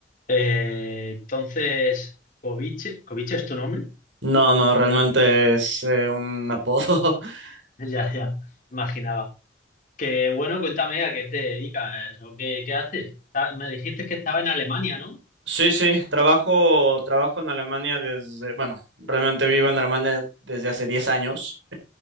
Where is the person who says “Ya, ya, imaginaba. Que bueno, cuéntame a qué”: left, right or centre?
Left